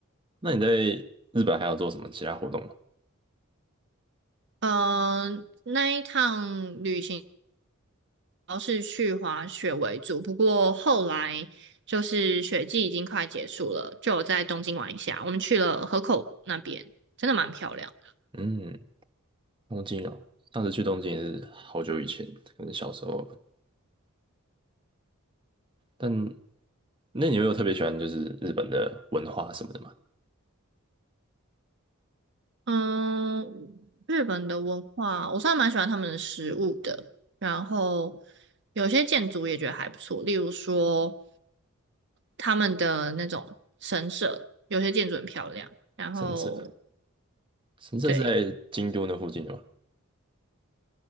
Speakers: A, on the right; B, on the right.
A: 那你在日本还有做什么其他活动吗？
B: 嗯、那一趟旅行。要是去滑雪为主，不过后来就是雪季已经快结束了，就有在东京玩一下。我们去了河口湖那边，真的蛮漂亮的。
A: 嗯。东京哦，上次去东京也是好久以前，可能小时候吧但那你有没有特别喜欢就是日本的文化什么的吗？
B: 嗯，日本的文化，我算蛮喜欢他们的食物的，然后有些建筑也觉得还不错，例如说他们的那种神社，有些建筑很漂亮。然后
A: 神社，神社是在京都那附近的吗？
B: 对，